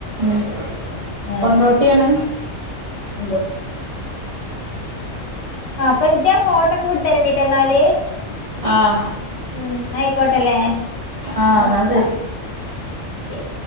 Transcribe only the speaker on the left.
ഏഹ്
എന്തോ ആ അപ്പൊ ജ്ജാ ഫോട്ടോക്കെ വിട്ടരണ്ടിട്ടൊ ന്നാല്
ഉം ന്നായ് ക്കോട്ടല്ലേ
നോക്ക
ശരി